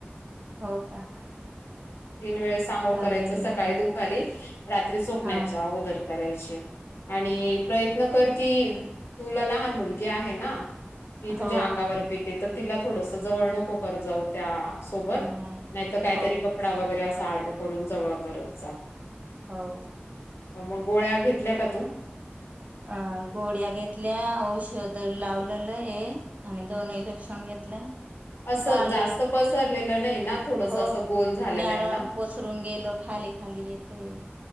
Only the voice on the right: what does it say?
हो का
चालेल
मॅम
हा
हो
नाही
हो
हो
अ गोड्या घेतल्या औषध लावलेलं हे आणि दोन इलेक्षण घेतल्या.
काल
हो
मॅडम
पसरून गेलो खाली खाली येतोय